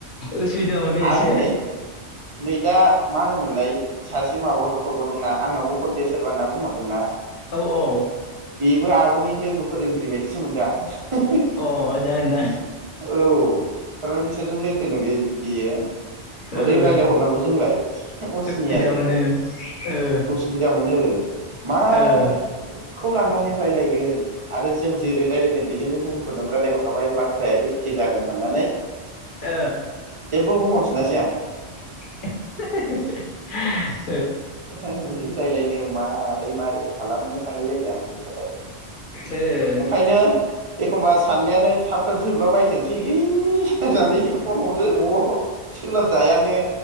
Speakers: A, on the left; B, on the right.
A: उसुबिदा मोनो एसे
B: आरो नै नै दा मा होनोमोनलाय सासे माबा हरबावदों ना आंनावबो हरदो सोरबा होनना बुंहरदों ना
A: औ औ
B: बेबो आब'नि लोगो फोरोंगिरि बायदिसो मोन्दों आं
A: अ जागोनदां
B: औ थारमानि बिसोरजों लोगो नोलै बियो
A: ओ
B: बोरै रायलायहरनांगौ जोंलाय असिनिया
A: सुबिदा
B: जोंलाय
A: मोनो ओ
B: उसुबिदा मोनो। मादा
A: ओ
B: खौ लानानै रायलायगोन आरो जों जेरै राय जों बेजोंनो गुबुनफोरजों रायज्लायहरखाबाय बाथ्राया एखे जागोन साननानै
A: ओ
B: जेबो बुंहरफिनासै आं।
A: <unintelligible>
B: <unintelligible> रायलायनो माबारै माबारै खालामनो सानलायलाय आं बिदिबाथाय
A: ओ
B: ओंखायनो एखमबा साननायानो थाब थाब जोबला बायथोंसैलै हि होनानै फन हरो ह सोलाबजायानो